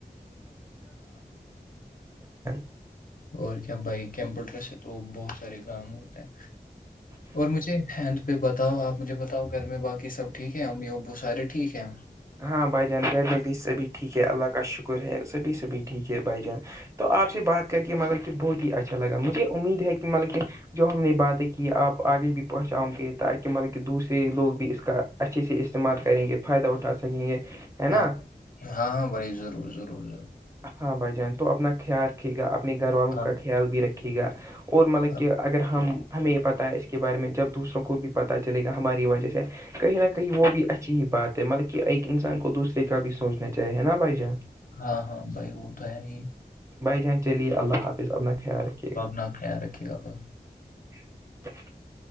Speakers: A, on the right (about 20°); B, on the left (about 55°).
A: <inaudible>
B: اور کیا بھائی کمپیوٹر سے تو بہت سارے کام ہوتے ہیں اور مجھے ہینت پہ بتاؤ آپ مجھے بتاؤ گھر میں باقی سب ٹھیک ہے امی ابو سارے ٹھیک ہیں
A: ہاں بھائی جان گھر میں بھی سبھی ٹھیک ہے اللہ کا شکر ہے سبھی سبھی ٹھیک ہے بھائی جان تو آپ سے بات کر کے مطلب کہ بہت ہی اچھا لگا مجھے امید ہے کہ مطلب کہ جو ہم نے باتیں کہ آپ آگے بھی پہنچاؤں گے تاکہ مطلب کہ دوسر سے لوگ بھی اس کا اچھے سے استعمال کریں گے فائدہ اٹھا سکیں گے ہے نا
B: ہاں ہاں ہاں بھائی ضرور ضرور ضرور
A: ہاں بھائی جان تو اپنا خیال رکھیے گا اپنے گھر والوں
B: آپ
A: کا خیال بھی رکے گا اور مطلب
B: آپ-
A: کہ اگر ہم ہمیں یہ پتا ہے اس کے بارے میں جب دوسروں کو بھی پتا چلے گا ہماری وجہ سے کہیں نہ کہیں وہ بھی اچی بات ہے مطلب کہ ایک انسان کو دوسرے کا بھی سوچنا چاہے نا بھائی جان
B: ہاں ہاں بھائی وہ تو ہے ہی
A: بائی جان چلیے اللہ حافظ اپنا خیال رکھیے گا
B: نہ خیال رکھے <unintelligible>
A: <unintelligible>